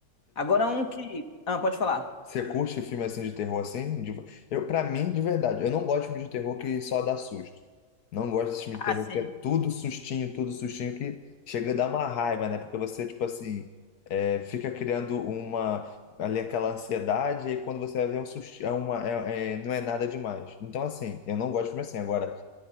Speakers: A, on the left (about 60°); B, on the left (about 80°).
A: Agora um que. Ah, pode falar.
B: Você curte filme assim de terror assim? De- Eu, para mim, de verdade, eu não gosto de filme de terror que só dá susto. Não gosto desse filme de
A: Ah,
B: terror
A: sim.
B: que é tudo sustinho, tudo sustinho que chega a dar uma raiva, né? Porque você, tipo assim, é, fica criando uma ali aquela ansiedade e quando você vai ver é um susto, é uma, é, é, não é nada demais. Então, assim, eu não gosto de filme assim. Agora,